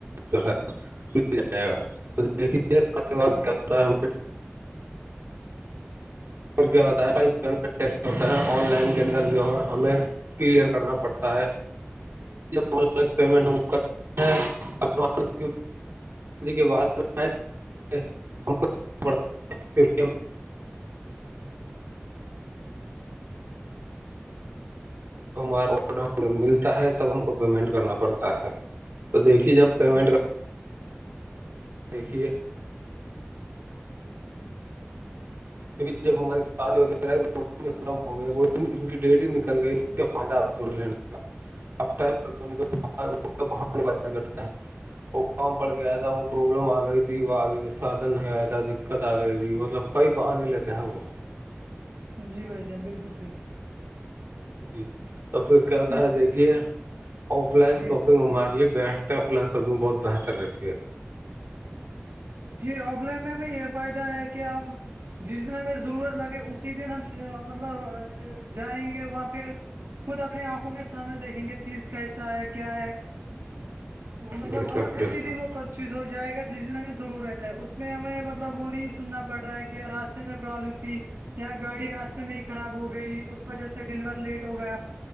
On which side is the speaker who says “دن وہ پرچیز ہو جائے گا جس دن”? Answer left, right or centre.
Right